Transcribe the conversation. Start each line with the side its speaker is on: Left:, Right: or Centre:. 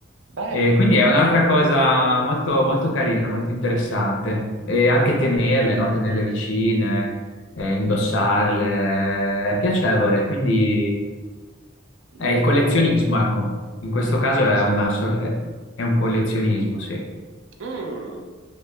Right: bello,
Left: E quindi è un'altra cosa molto, molto carina, molto interessante. E anche tenerle, no? Tenerle vicine, eh, indossarle, è piacevole, quindi...
Right: le
Left: È il collezionismo,
Right: pietre,
Left: ecco. In questo
Right: il
Left: caso
Right: collez-
Left: è una sor- è un collezionismo, sì.
Right: Mm.